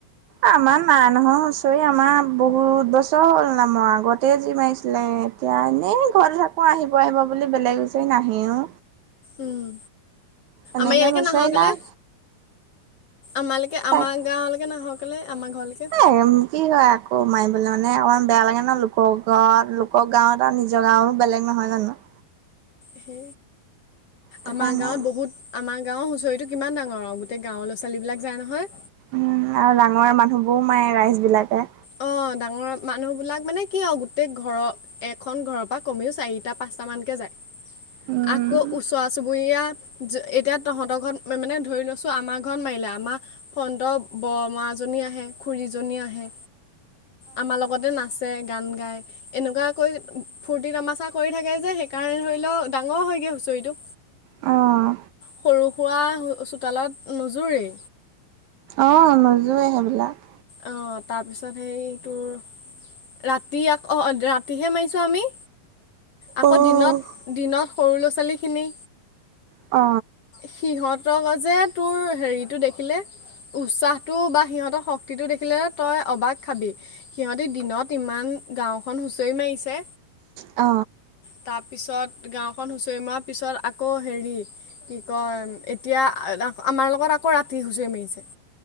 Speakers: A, on the right; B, on the left.
A: আমাৰ নাই নহয় হুচৰি আমাৰ বহুত বছ- তল নাই মৰা আগতে যি মাৰিছিলে এতিয়া এনেই ঘৰত থাকো আহিব আহিব বুলি বেলেগ- ছে নাহেও।
B: উম
A: এনেকে
B: আমাৰ এয়ালেকে
A: হুঁচৰি
B: নাহ কেলে?
A: নাই
B: আমালকে
A: তাক
B: আমাৰ গাঁৱলৈকে নাহকলে আমাৰ ঘৰলেকে?
A: হেম কি হয় আকৌ মাৰিবলে মানে অকমান বেয়া লাগে ন লোকঘত লোকক- গাঁও তা নিজৰ গাঁও বেলেগ নহয় জানো।
B: সে
A: সেইকাৰণে
B: আমাৰ গাঁৱত বহুত- আমাৰ গাঁৱৰ হুঁচৰিটো কিমান‌ ডাঙৰ আৰু গোটেই গাঁৱৰ ল'ৰা ছোৱালী বিলাক যায় নহয়।
A: উম আৰু ডাঙৰ মানুহবোৰও মায়ে ৰাইজ বিলাকে।
B: অ ডাঙৰ মানুহ বিলাক মানে কি আও গোটেই ঘৰ- এখন ঘৰৰ পৰা কমেও চাৰিটা পাঁচটা মানকে যায়।
A: উম
B: আকৌ ওচৱা চুবুৰীয়া যে এতিয়া তহঁতৰ ঘৰত মানে ধৰি লৈছো আমাৰ ঘৰত মাৰিলে আমা- ফন্ত বৰমাজনী আহে খুৰীজনী আহে আমাৰ লগতে নাচ- ছে গান গাই, এনেকুৱাকৈ ফূৰ্তি তামাচা কৰি থাকে সেই কাৰণে ধৰি ল- ডাঙৰ হয়গে হুচৰিটো,
A: অ', অ'।
B: সৰু- খোৱা চোতালত নোযোৰেই।
A: অ নোযোৱে সেইবিলাক।
B: অ তাৰপিছত সেই তোৰ ৰাতি আক অ ৰাতিহে মাৰিছোঁ আমি। আকৌ
A: অ',
B: দিনত দিনত সৰু ল'ৰা ছোৱালীখিনি-
A: অ।
B: সিহঁতক যে তোৰ হেৰিটো দেখিলে। উৎসাহটো বা সিহঁতৰ শক্তিটো দেখিলে তই অবাক খাবি। সিহঁতি দিনত ইমান গাঁওখন হুঁচৰি মাৰিছে।
A: অ,
B: তাৰপিছত গাঁওখন হুঁচৰি মৱাৰ পিছত আকৌ হেৰি। কি কয় এতিয়া আমাৰ লগত আকৌ ৰাতি হুঁচৰি মাৰিছে।